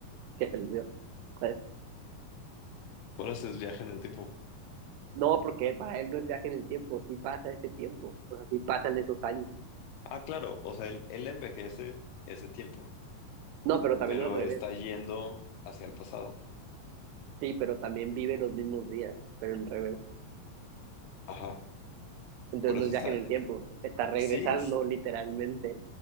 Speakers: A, on the right; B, on the left.
A: que se los dio. Pues,
B: Por eso es viaje en el tiempo.
A: no, porque para él no es viaje en el tiempo, sí pasa este tiempo, o sea, sí pasan esos años.
B: Ah, claro, o sea, él, él envejece ese tiempo,
A: No, pero también
B: pero
A: al revés.
B: está yendo hacia el pasado.
A: Sí, pero también vive los mismos días, pero en revés.
B: Ajá,
A: Entonces
B: por eso
A: no es viaje
B: está.
A: en el tiempo, está regresando
B: Sí, es-
A: literalmente,